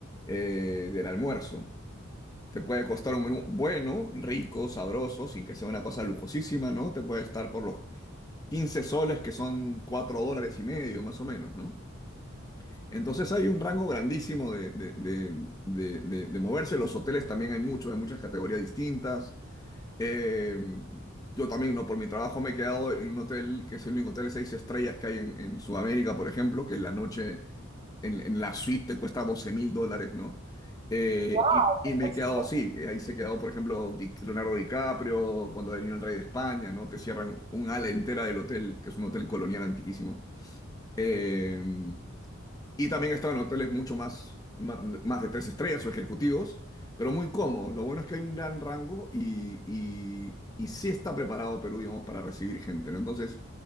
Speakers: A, on the left; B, on the right.
A: Eh, del almuerzo. Te puede costar un menú bueno, rico, sabroso, sin que sea una cosa lujosísima, ¿no? Te puede estar por los 15 soles, que son 4 dólares y medio, más o menos, ¿no? Entonces hay un rango grandísimo de, de- de- de- de- de moverse. Los hoteles también hay muchos, de muchas categorías distintas. Eh, yo también, ¿no? Por mi trabajo me he quedado en un hotel que es el único hotel de seis estrellas que hay en, en Sudamérica, por ejemplo, que la noche en, en la suite te cuesta doce mil dólares, ¿no? Eh,
B: wow,
A: y, y
B: qué
A: me
B: costoso.
A: he quedado así, ahí se quedó, por ejemplo, Di- Leonardo DiCaprio, cuando vino el rey de España, ¿no? Te cierran un ala entera del hotel, que es un hotel colonial antiquísimo. Eh, y también estaba en hoteles mucho más, ma- más, de tres estrellas o ejecutivos, pero muy cómodos. Lo bueno es que hay un gran rango y, y, y sí está preparado Perú, digamos, para recibir gente, ¿no? Entonces,